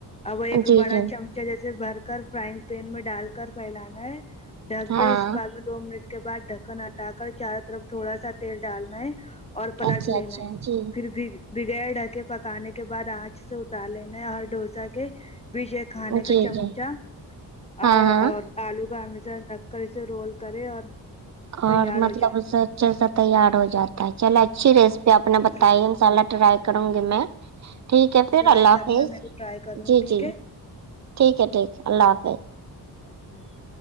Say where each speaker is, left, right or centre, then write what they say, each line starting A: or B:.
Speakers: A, on the left; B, on the right.
A: اب وہ ایک
B: جی
A: بڑا
B: جی
A: چم جیسے بہر کر فرائنگ پین میں ڈال کر پھیلانا ہیں ڈھک
B: ہاں
A: دے اس کے بعد میں دو منٹ کے بعد ڈھکن ہٹا کر چاروں طرف تھوڑا سا تیل ڈالنا ہے اور پلٹ
B: اچھا
A: لینا
B: اچھا
A: ہے
B: جی
A: پھر بھی بغیر ڈھکے پکانے کے بعد آنچ سے اتار لینے اور ڈوسا کے وجے کھانے
B: جی
A: کا چمچہ
B: جی ہاں
A: اور
B: ہاں
A: اور آلو کا ہمیشہ رکھ کر اسے رول کرے اور
B: اور
A: تیار ہو
B: مطلب
A: جاتے
B: اسے اچھے سے تیار ہو جاتا ہے چلے اچھی ریسیپی اپنے
A: ٹھیک
B: بتائی
A: ہے
B: مسالا ٹرائی کروں گی میں ٹھیک ہے پھر
A: ٹرائی
B: اللہ
A: کرنا
B: حافظ
A: میں بھی ٹرائی کروں
B: جی
A: گی ٹھیک
B: جی
A: ہے
B: ٹھیک ہے ٹھیک ہے اللہ حافظ
A: ہی <unintelligible>